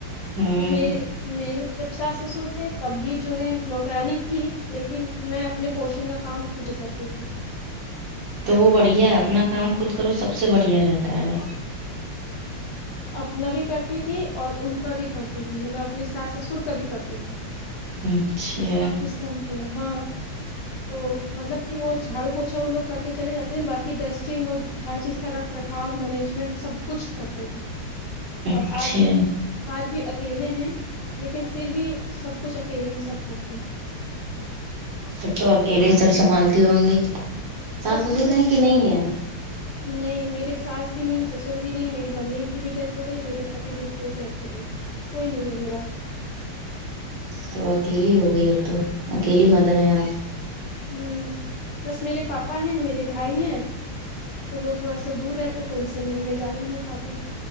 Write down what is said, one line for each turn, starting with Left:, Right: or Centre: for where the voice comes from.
Right: ہوں
Left: تو میرے میری جب ساس سسر تب بھی جو ہے نوکرانی تھی لیکن میں اپنے پوشن کا کام خود کرتی تھی
Right: تو وہ بڑھیا ہے اپنا کام خود کرو سب سے بڑھیا رہتا ہے
Left: اپنا بھی کرتی تھی اور ان کا بھی کرتی تھی مطلب اپنے ساس سسر کا بھی کرتی تھی
Right: اچھا
Left: کرتے ہاں تو مطلب کہ وہ جھاڑو پوچھا وہ لوگ کر کے چلے جاتے ہیں باقی ڈسٹنگ اور ہر چیز کا رکھ رکھ ہاؤس مینجمنٹ سب کچھ کرتے ہیں اور
Right: اچھا
Left: آج بھی آج بھی اکیلے ہیں لیکن پھر بھی سب کچھ اکیلے ہی سب کرتے ہیں
Right: پھر تو اکیلے ہی سب سنبھالتی ہوں گی ساس
Left: سب
Right: سسر
Left: کچھ ہےپھر
Right: ہیں کہ نہیں ہے
Left: نہیں میرے ساس بھی نہیں سسر بھی نہیں میری ممی کی بھی ڈیتھ ہو گئی میرے پتی جی کی بھی ڈیتھ ہو گئی کوئی نہیں ہے میرا
Right: تو اکیلی ہو گئی اب تو اکیلی مدر ہیں آپ
Left: ہوں بس میرے پاپا ہیں میرے بھائی ہیں تو وہ تھوڑا سا دور رہتے تو ان سے ملنے جا ہی نہیں پاتے